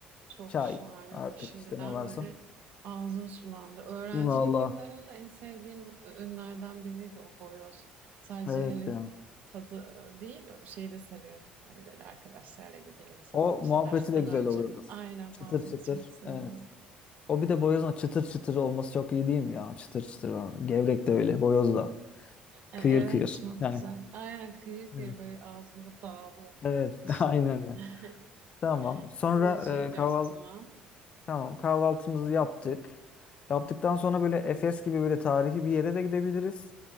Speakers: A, on the right; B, on the left.
A: Çok
B: çay
A: şahane
B: artık
A: olur. Şimdiden
B: işte ne varsa.
A: böyle ağzım sulandı. Öğrencilik
B: Valla
A: yıllarımda en sevdiğim ürünlerden biriydi o boyoz. Sadece
B: evet
A: hani
B: ya.
A: tadı değil, şeyi de seviyordum. Hani böyle arkadaşlarla gidelim sabah
B: O
A: işte
B: muhabbeti
A: dersten
B: de güzel
A: önce.
B: oluyordur.
A: Aynen
B: Çıtır
A: muhabbeti
B: çıtır.
A: çok seviyorum.
B: Evet. O bir de boyozun çıtır çıtır olması çok iyi değil mi ya? Çıtır çıtır. falan. Gevrek de öyle. Boyoz da.
A: E,
B: Kıyır
A: evet
B: kıyır.
A: çok
B: Yani.
A: güzel. Aynen kıyır kıyır
B: Evet.
A: böyle ağzında dağılıyor
B: Evet.
A: falan işte.
B: <laughs> Aynen öyle.
A: <laughs>
B: Tamam. Sonra
A: Bu yazıcıya gidiyoruz
B: e, kahval
A: o zaman.
B: tamam kahvaltımızı yaptık. Yaptıktan sonra böyle Efes gibi böyle tarihi bir yere de gidebiliriz.